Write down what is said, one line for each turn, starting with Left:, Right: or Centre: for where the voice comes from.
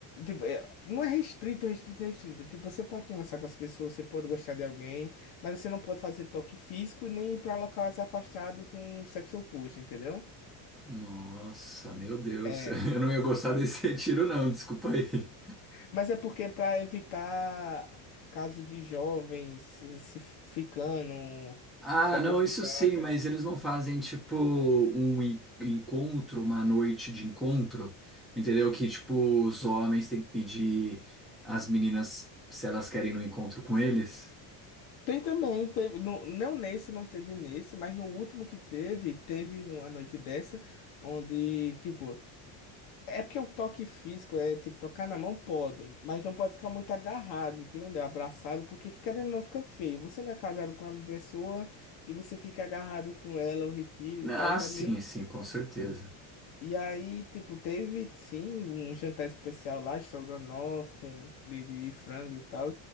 Left: tipo, é, não é restrito, restrito, restrito. Tipo, você pode conversar com as pessoas, você pode gostar de alguém, mas você não pode fazer toque físico nem ir pra locais afastados com o sexo oposto, entendeu?
Centre: Nossa, meu Deus.
Left: É,
Centre: <laughs> Eu não ia gostar desse retiro, não, desculpa aí.
Left: mas é porque pra evitar caso de jovens se, se ficando
Centre: Ah,
Left: só
Centre: não,
Left: por ficar,
Centre: isso sim,
Left: tá?
Centre: mas eles não fazem tipo um en- encontro, uma noite de encontro, entendeu? Que tipo os homens têm que pedir às meninas se elas querem ir no encontro com eles.
Left: Tem também, teve, no, não nesse, não teve nesse, mas no último que teve, teve uma noite dessa, onde, tipo, É porque o toque físico é tipo tocar na mão pode, mas não pode ficar muito agarrado, entendeu? Abraçado, porque fica- querendo ou não fica feio. Você não é casado com uma pessoa e você fica agarrado com ela, o retiro e tal,
Centre: Ah, sim,
Left: é meio.
Centre: sim, com certeza.
Left: E aí, tipo, teve sim um jantar especial lá, estrogonofe com de, de frango e tal,